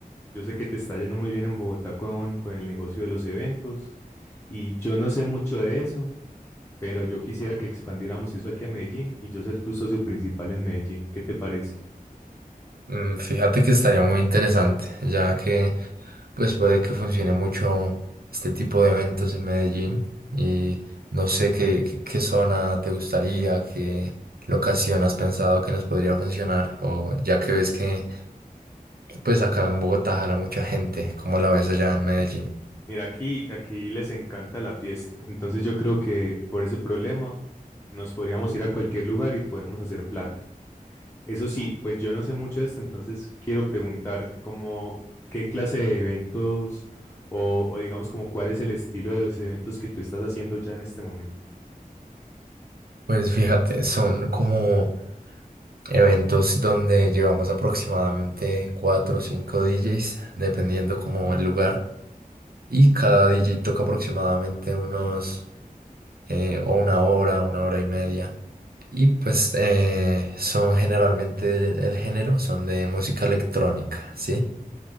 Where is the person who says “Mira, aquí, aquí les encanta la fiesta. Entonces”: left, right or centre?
Left